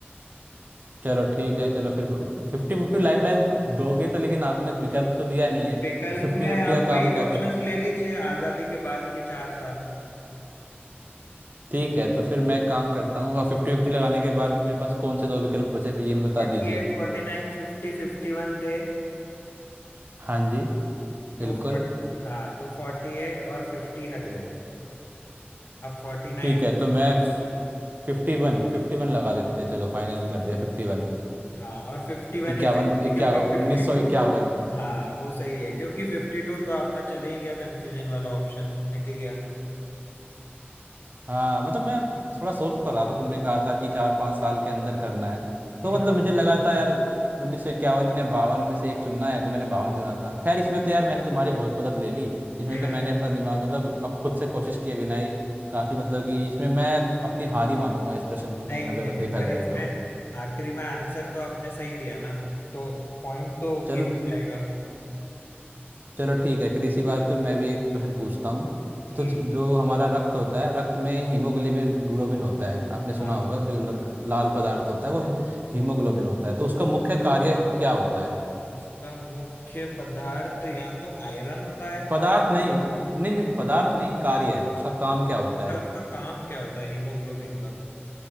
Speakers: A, on the right (about 45°); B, on the left (about 65°).
A: चलो ठीक है चलो फिर फिफ्टी फिफ्टी लाइफ लाइन दोगे तो लेकिन आपने तो विकल्प तो दिया नहीं है
B: विकल्प
A: फिफ्टी
B: में
A: फिफ्टी
B: आप
A: का
B: वही
A: काम क्या
B: ऑप्शंस
A: करूं
B: ले लीजिए आजादी के बाद के चार साल
A: ठीक है तो फिर मैं एक काम करता हूँ और फिफ्टी फिफ्टी लगाने के बाद मेरे पास कौन से दो विकल्प बचे ये भी बता
B: Forty
A: दीजिए
B: eight forty nine fifty fifty one थे
A: हाँ जी
B: तो
A: बिल्कुल
B: 40 हाँ तो फोर्टी एट और फिफ्टी हट गए अब फोर्टी नाइन
A: ठीक है तो मैं
B: थे
A: फिफ्टी वन फिफ्टी वन लगा देते हैं, चलो फाइनल कर दिया फिफ्टी वन
B: हाँ और फिफ्टी वन
A: इक्यावन
B: ही सही है
A: इक्या
B: क्योंकि फिफ्टी
A: उन्नीस सौ
B: टू
A: इक्यावन
B: हाँ वो सही है क्योंकि फिफ्टी टू तो आपका चले ही गया कंफ्यूजन वाला ऑप्शन हट ही गया था
A: हाँ मतलब मैं थोड़ा सोच तो रहा था तुमने कहा था कि चार पाँच साल के अंदर करना है
B: हम्म
A: तो मतलब मुझे लगा था यार उन्नीस सौ इक्यावन या बावन में से एक चुनना है तो मैंने बावन चुना था खैर इसमें तो यार मैंने तुम्हारी बहुत मदद ले ली इसमें
B: <laughs>
A: तो मैंने अपना दिमाग मतलब अब खुद से कोशिश किए बिना ही काफ़ी मतलब कि इसमें मैं अपनी हार ही मानूंगा इस प्रश्न में
B: नहीं
A: अगर
B: नहीं
A: देखा
B: पर
A: जाए
B: इसमें
A: तो
B: आखिरी में आंसर तो आपने सही दिया ना तो पॉइंट तो
A: चल
B: गिन जाएगा
A: चलो ठीक है फिर इसी बात पे मैं भी एक प्रश्न पूछता हूँ
B: ठीक
A: तो ज- जो हमारा रक्त होता है रक्त में हीमोग्लोबिन ग्लोबिन होता है आपने सुना
B: हाँ हाँ
A: होगा जो ल- लाल पदार्थ होता है वो ही- हीमोग्लोबिन होता है तो उसका मुख्य कार्य क्या होता है
B: उसका मुख्य पदार्थ या तो आयरन होता है
A: पदार्थ नहीं नहीं नहीं, पदार्थ नहीं कार्य है उसका काम क्या होता
B: या
A: है
B: उसका काम क्या होता है हीमोग्लोबिन